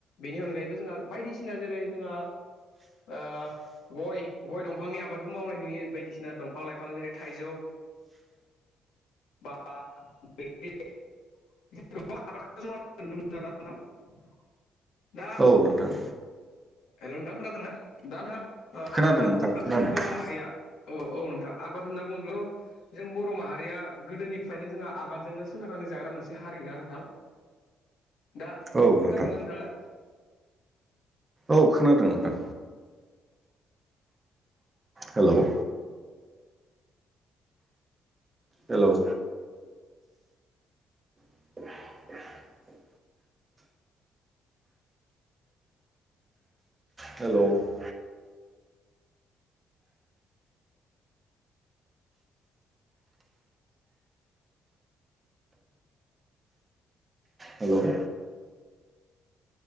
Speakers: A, on the left; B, on the right.
A: बेनि अनगायैबो जोंहा बायदिसिना जेरै जोंहा ओ गय गय दंफांनि आबाद मावनाय नुयो बायदिसिना दंफां-लाइफां जेरै थाइजौ बा बैग्रि <unintelligible> आबादखौ मावनायखौ नुनो मोनो आरो नोंथां दा
B: औ नोंथां
A: हेल' नोंथां खोनादोंना दा नोंथां आबाद
B: खोनादों
A: होनना
B: नोंथां
A: बुङोब्ला
B: खोनादों
A: जों बर'माहारिया औ-औ नोंथां आबाद होनना बुङोब्ला जों बर' माहारिया गोदोनिफ्रायनो जोंहा आबादजोंनो सोनारनानै जाग्रा मोनसे हारि ना नोंथां दा खोनादोंना
B: औ नोंथां
A: नोंथाङा
B: औ खोनादों नोंथां हेल' हेलौ <inaudible> हेल' हेल'